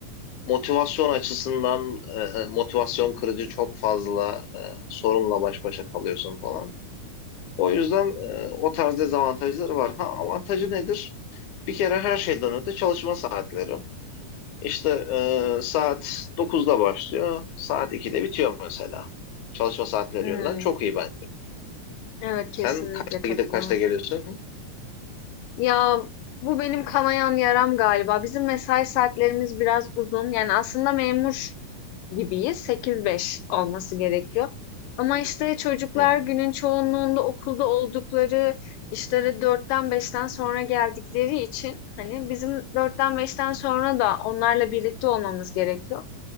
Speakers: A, on the left; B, on the left.
A: motivasyon açısından e, e, motivasyon kırıcı çok fazla e, sorunla baş başa kalıyorsun falan. O yüzden e, o tarz dezavantajları var. Ha avantajı nedir? Bir kere her şeyden öte çalışma saatleri. İşte e, saat dokuzda başlıyor, saat 2'de bitiyor mesela. Çalışma saatleri
B: Hmm,
A: yönünden çok iyi bence.
B: Evet kesinlikle
A: Sen kaçta
B: katılıyorum.
A: gidip kaçta geliyorsun?
B: Ya bu benim kanayan yaram galiba. Bizim mesai saatlerimiz biraz uzun. Yani aslında memur gibiyiz. Sekiz beş olması gerekiyor. Ama işte çocuklar
A: Hı.
B: günün çoğunluğunda okulda oldukları işlere dörtten beşten sonra geldikleri için hani bizim dörtten beşten sonra da onlarla birlikte olmamız gerekiyor.